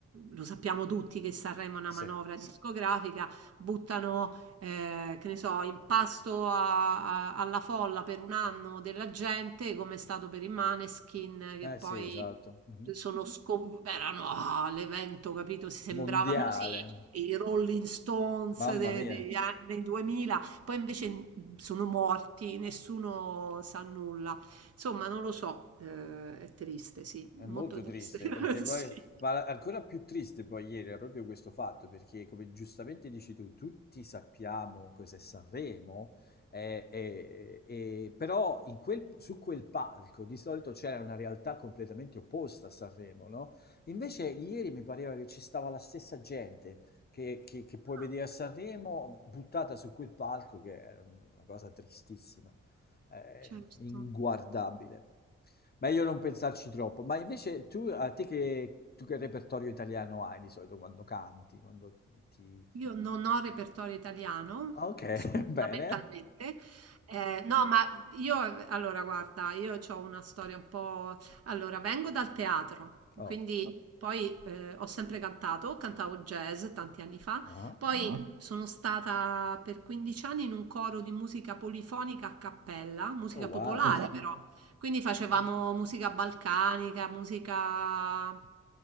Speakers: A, on the right; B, on the left.
A: lo sappiamo tutti che Sanremo è una
B: Sì.
A: manovra discografica, buttano eh, che ne so, impasto a- a- alla folla per un anno della gente, come è stato per i Maneskin, che
B: Eh,
A: poi
B: sì, esatto. Mhm.
A: sono scom- erano ah, l'evento, capito? Si sembravano
B: Mondiale.
A: sì, i Rolling Stones
B: Mamma
A: de-
B: mia.
A: degli anni 2000, poi invece mm, sono morti, nessuno sa nulla. Insomma, non lo so, eh, è triste, sì,
B: È
A: molto
B: molto
A: triste.
B: triste
A: <laughs>
B: perché poi,
A: Sì.
B: ma la- ancora più triste poi ieri era proprio questo fatto perché come giustamente dici tu, tutti sappiamo cos'è Sanremo, eh, eh, eh, eh, però in quel- su quel palco di solito c'era una realtà completamente opposta a Sanremo, no? Invece ieri mi pareva che ci stava la stessa gente che, che- che puoi
A: Ah,
B: vedere a Sanremo buttata su quel palco che è una cosa tristissima, eh,
A: Certo.
B: inguardabile. Meglio non pensarci troppo, ma invece tu, a te che, tu che repertorio italiano hai di solito quando canti, quando ti...
A: Io non ho repertorio italiano,
B: Ah, Ok, <laughs>
A: so,
B: bene.
A: fondamentalmente. Eh, no, ma io, allora, guarda, io ho una storia un po'... Allora, vengo dal teatro,
B: Oh,
A: quindi poi eh, ho sempre cantato, cantavo jazz tanti anni fa, Ah,
B: ah.
A: poi Ah, sono stata per 15 anni in un coro di musica polifonica a cappella, musica
B: Oh, wow,
A: oh, popolare wow. però, quindi facevamo musica balcanica, musica